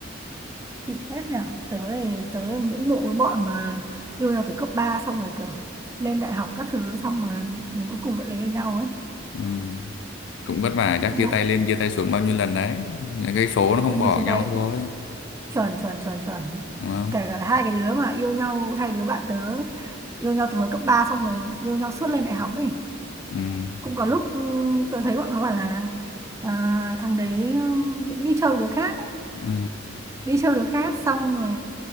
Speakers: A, on the right; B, on the left.
A: Xịn phết nhỉ tớ thì tớ ngưỡng mộ cái bọn mà yêu nhau từ cấp 3 xong rồi kiểu lên đại học các thứ xong mà đến cuối cùng vẫn lấy được nhau ấy
B: ừ. cũng vất vả chắc
A: ngưỡng
B: chia
A: mộ
B: tay lên chia tay xuống bao nhiêu lần đấy những cái số nó không
A: cũng
B: bỏ
A: phải chia tay
B: nhau thôi
A: ấy. chuẩn chuẩn chuẩn chuẩn
B: đúng không
A: kể cả hai cái đứa mà yêu nhau hai đứa bạn tớ yêu nhau từ hồi cấp ba xong rồi yêu nhau suốt lên đại học ấy
B: ừ.
A: cũng có lúc ừ, tớ thấy bọn nó bảo là à, thằng đấy ừ, cũng đi chơi với đứa khác ấy.
B: Ừ.
A: đi chơi với đứa khác xong rồi